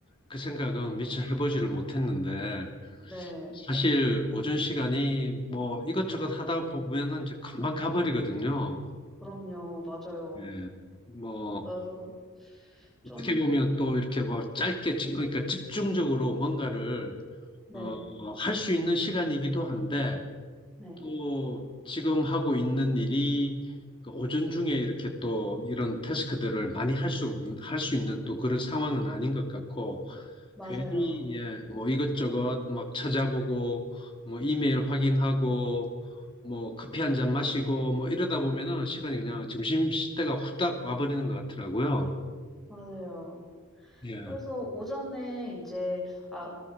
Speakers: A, on the left (about 25°); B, in the centre.
A: 그 생각은
B: 네.
A: 미처 해보지를 못했는데,
B: 네.
A: 사실 오전 시간이 뭐 이것저것 하다 보면은 이제 금방 가버리거든요.
B: 그럼요. 맞아요.
A: 예. 뭐
B: 그래서 좀,
A: 어떻게 보면 또 이렇게 뭐 짧게, 집- 그러니까 집중적으로 뭔가를
B: 네.
A: 어, 할수 있는 시간이기도 한데,
B: 네.
A: 또 지금 하고 있는 일이 그 오전 중에 이렇게 또 이런 태스크들을 많이 할 수, 할 수 있는 또 그런 상황은 아닌 것 같고,
B: 맞아요.
A: 괜히, 예, 뭐 이것저것 막 찾아보고, 뭐 이메일 확인하고, 뭐 커피 한잔 마시고, 뭐 이러다 보면은 시간이 그냥 점심시대가 후딱 와버리는 것 같더라고요.
B: 맞아요.
A: 예. 음,
B: 그래서 오전에 이제 아